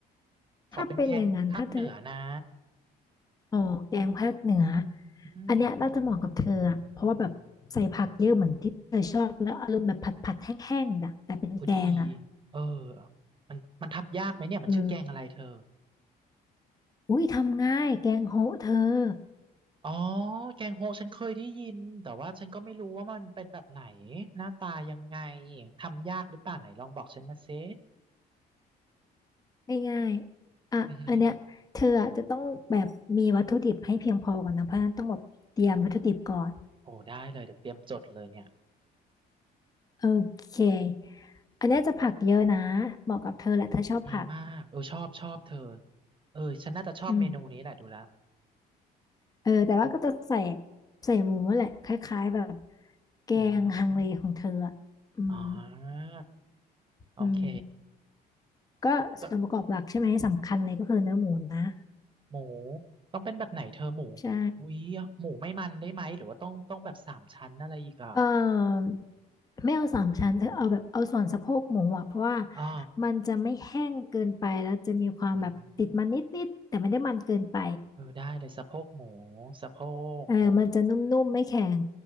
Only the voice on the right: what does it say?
ขอเป็นแกงภาคเหนือนะ
อืม
โอ้ดีเออมันมันทบยากไหมเนี่ยมันชื่อแกงอะไรเธอ
อ๋อแกงโฮะฉันเคยได้ยินแต่ว่าฉันก็ไม่รู้ว่ามันเป็นแบบไหนหน้าตายังไงทำยากหรือเปล่าไหนลองบอกฉันมาซิ
อือหือโอ้ได้เลยเดี๋ยวเตรียมจดเลยเนี่ย
ดีมากเออชอบชอบเธอเออฉันน่าจะชอบเมนูนี้แหละดูแล้ว
อืมอ๋อโอเค
จดหมูต้องเป็นแบบไหนเธอหมู
อุ้ยหมูไม่มันได้ไหมหรือว่าต้องต้องแบบสามชั้นอะไรอีกอ่ะ
อ๋อ
อืม เออได้เลยสะโพกหมูสะโพกหมู